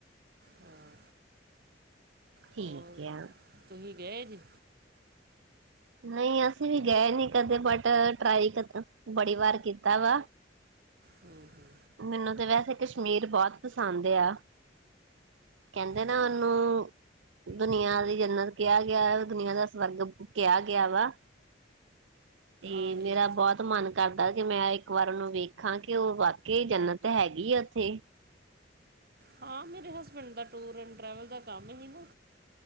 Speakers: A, on the right; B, on the right.
A: ਹਾਂ
B: ਠੀਕ
A: ਹੋਰ
B: ਆ।
A: ਤੁਸੀਂ ਗਏ ਜੇ।
B: ਨਈ ਅਸੀਂ ਵੀ ਗਏ ਕਦੇ ਬਟ ਟਰਾਈ ਬੜੀ ਵਾਰ ਕੀਤਾ ਵਾ।
A: ਹੂੰ ਹੂੰ
B: ਮੈਨੂੰ ਤੇ ਵੈਸੇ ਕਸ਼ਮੀਰ ਬਹੁਤ ਪਸੰਦ ਏਆ ਕਹਿੰਦੇ ਨਾ
A: ਠੀਕ
B: ਉਹਨੂੰ ਦੁਨੀਆਂ ਦੀ ਜੰਨਤ ਕਿਹਾ ਗਿਆ ਦੁਨੀਆਂ ਦਾ ਸਵਰਗ ਕਿਹਾ ਗਿਆ ਵਾ ਤੇ
A: ਆ
B: ਮੇਰਾ
A: ਇਹ
B: ਬਹੁਤ ਮਨ ਕਰਦਾ ਕਿ ਮੈਂ ਇਕ ਵਾਰ ਉਹਨੂੰ ਵੇਖ ਖਾਂ ਕੇ ਉਹ ਵਾਕਿਆ ਜਨਤ ਹੈਗੀ ਆ ਉੱਥੇ
A: ਹਾਂ ਮੇਰੇ ਹਸਬੈਂਡ ਦਾ ਟੂਰ ਐਂਡ ਟਰੈਵਲ ਦਾ ਕੰਮ ਹੀ ਨਾ